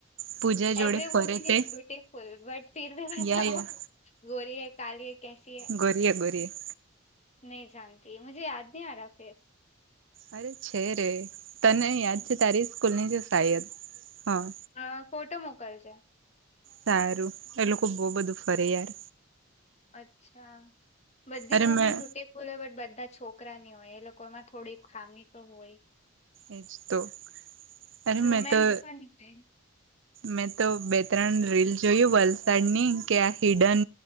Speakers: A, on the right; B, on the left.
A: પૂજા જોડે
B: એવરી
A: ફરે
B: વુમન
A: તે
B: ઇઝ બ્યુટીફુલ બટ ફિી બતા
A: યા યા
B: ગોરી હૈ કાલી હૈ કેસી હૈ.
A: ગોરી હે ગોરી હે
B: નહિ જાનતી મુજે યાદ ન આ રા ફેસ.
A: અરે છે રે તને યાદ છે તારી સ્કૂલની છે સાાયદ હા.
B: અ ફોટો મોકલજે.
A: સારું એ લોકો બહ બધું ફરે યાર.
B: અચ્છા બધી
A: અરે
B: વુમેન
A: મેં
B: બ્યુટી <unintelligible> બધા છોકરાની હોય એ લોકોમાં થોડી ખામી તો હોય.
A: એજ તો અરે
B: વુમેન્સ
A: મે તો.
B: પણ છે.
A: મેં તો બે ત્રણ રીલ જોયું વલસાડની કે આ હિડન.